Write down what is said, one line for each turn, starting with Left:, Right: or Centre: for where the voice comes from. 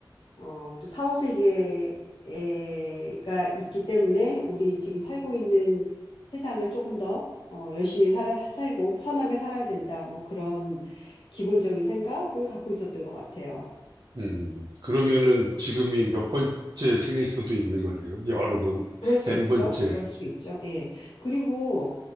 Left: 어, 또 사후세계가 있기 때문에 우리 지금 살고 있는 세상을 조금 더 어, 열심히 살아, 살고 선하게 살아야 된다. 뭐 그런 기본적인 생각은 갖고 있었던 것 같아요.
Right: 음, 그러면은 지금이 몇 번째 생일 수도 있는 거네요. 여러 번,
Left: 그럴 수
Right: N번째.
Left: 있죠. 그럴 수 있죠. 예. 그리고